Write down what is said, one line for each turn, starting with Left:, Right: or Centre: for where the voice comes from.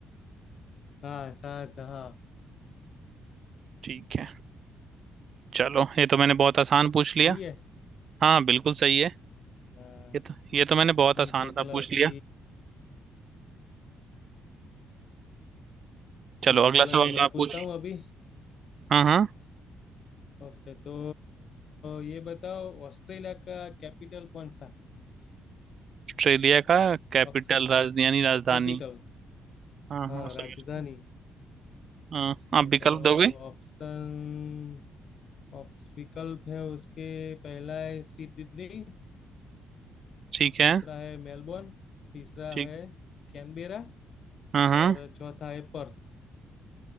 Left: हाँ शाह हाँ
Right: ठीक है चलो ये तो मैंने बहुत आसान पूछ लिया
Left: सही है
Right: हाँ बिल्कुल सही है
Left: हाँ,
Right: ये तो ये तो मैंने बहुत
Left: ठीक
Right: आसान
Left: है चलो
Right: सा पूछ
Left: अभी
Right: लिया
Left: ठीक
Right: चलो
Left: है
Right: अगला
Left: चलो
Right: सवाल
Left: तो मैं
Right: आप
Left: पूछता
Right: पूछ
Left: हूँ अभी
Right: हाँ हाँ
Left: ओके तो ये बताओ ऑस्ट्रेलिया का कैपिटल कौन सा है
Right: ऑस्ट्रेलिया का कैपिटल
Left: ऑप्शन
Right: राजधानी राजधानी
Left: कैपिटल
Right: हाँ
Left: हाँ
Right: हाँ
Left: राजधानी
Right: समझ हाँ
Left: ओके
Right: आप विकल्प
Left: तो
Right: दोगे
Left: ऑप्शन ऑप्स विकल्प है उसके पहला है सिडनी
Right: ठीक है
Left: दूसरा है मेलबोर्न तीसरा
Right: ठीक
Left: है कैनबेरा
Right: हाँ हाँ
Left: और चौथा है पर्थ